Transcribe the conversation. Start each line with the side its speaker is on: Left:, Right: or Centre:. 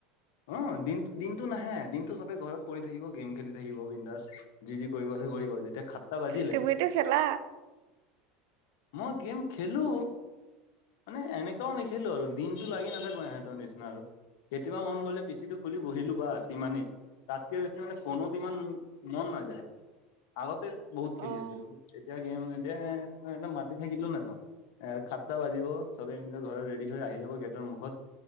Left: অ দিন দিনটো নাহে দিনটো চবে ঘৰত পৰি থাকিব গেম খেলি থাকিব বিন্দাছ যি যি কৰিব আছে কৰিব যেতিয়া সাতটা বাজিলে
Right: তুমিতো খেলা
Left: মই গেম খেলো মানে এনেকাও নেখেলো আৰু দিনটো লাগি নাথাকো ইহঁতৰ নিচিনা আৰু কেতিয়াবা মন গ'লে পিচিটো খুলি বহিলো বাচ সিমানেই তাতকে বেছি মানে ফ'নত ইমান মন নাযায় আগতে বহুত খেলি
Right: অ',
Left: আছিলো এতিয়া গেম <unintelligible> মাতি থাকিলেও নাযাওঁ এ সাতটা বাজিব চবে নিজৰ ঘৰত ৰেডি হৈ আহি যাব গেটৰ মুখত